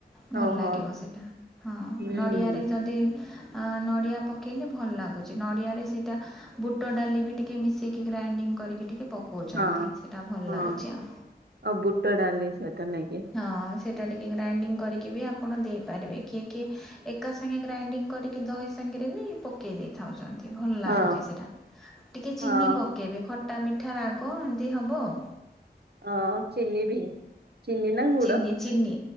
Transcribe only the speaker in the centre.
ଭଲ
ଲାଗିବ ସେଟା ହଁ
ନଡ଼ିଆରେ
ଯଦି ଅ ନଡ଼ିଆ ପକେ ପକେଇଲେ ଭଲ ଲାଗୁଛି ନଡ଼ିଆରେ ସେଇଟା ବୁଟ ଡାଲି ବି ଟିକେ ମିଶେଇକି ଗ୍ରାଇଣ୍ଡିଙ୍ଗ କରିକି ଟିକେ ପକଉଛନ୍ତି
ସେଇଟା ଭଲ
ଲାଗୁଛି ଆଉ।
ହଁ ସେଇଟା ଟିକେ ଗ୍ରାଇଣ୍ଡିଙ୍ଗ କରିକି ବି ଆପଣ ଦେଇପାରିବେ। କିଏ କିଏ ଏକା ସାଙ୍ଗେ ଗ୍ରାଇଣ୍ଡିଙ୍ଗ କରିକି ଦହି ସାଙ୍ଗେରେ ବି ପକେଇ ଦେଇଥାଉଛନ୍ତି ଭଲ ଲାଗୁଛି
ସେଟା ଟିକେ ଚିନି
ପକେଇବେ ଖ ଟା ମିଠା ରାଗ ଏମିତି ହେବ ଆଉ।
ଚିନି ଚିନି